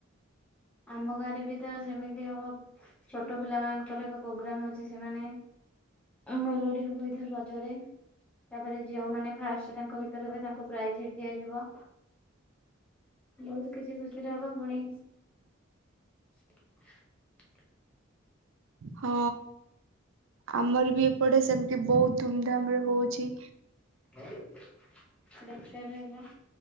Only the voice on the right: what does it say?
ହଁ। ଆମର ବି ପଟେ ସେମିତି, ବହୁତ ଧୁମଧାମ ରେ ହଉଛି।